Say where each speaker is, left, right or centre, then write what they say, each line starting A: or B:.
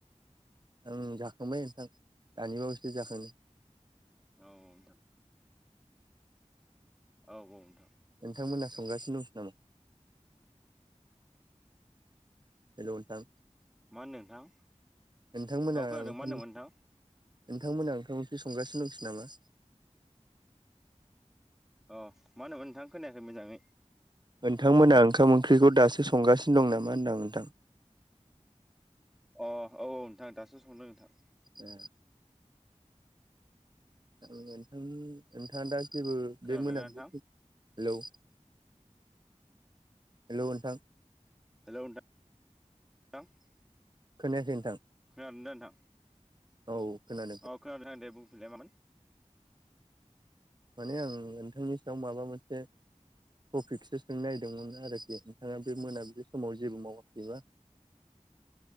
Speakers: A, on the right; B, in the centre.
A: ओं जाखांबाय नोंथां दानिबावसो जाखांदो।
B: औ नोंथां औ औ नोंथां।
A: नोंथांमोनहा संगासिनो दंसै नामा? हेलो नोंथां।
B: मा होनदों नोंथां?
A: नोंथांमोना
B: औ खोनादों
A: ओंखाम
B: मा होनदोंमोन
A: नोंथांमोना
B: नोंथां
A: ओंखाम ओंख्रि संगासिनो दंसै नामा
B: अ मा होनदोमोन नोंथांआ खोनायाखै मोजाङै
A: नोंथांमोना ओंखाम ओंख्रिखौ दासो संगासिनो दं नामा होनदां नोंथां
B: अ औ औ नोंथां दासो संदों नोंथां
A: ए आ नोंथांनि नोंथाङा दा जेबो
B: खोनादोंना
A: बे मोनाबलि
B: नोंथां
A: हेलौ हेल' नोंथां
B: हेलौ नोंथां <unintelligible>
A: खोनायाखै नोंथां
B: खोनादों दो नोंथां
A: औ खोनादों
B: अ खोनादों दे बुंफैनलाय मामोन
A: माने आं नोंथांनि सायाव माबा मोनसे टफपिकसो सों नायदोंमोन आरोखि नोंथाङा बे मोनाबिलि समाव जेबो मावाखैबा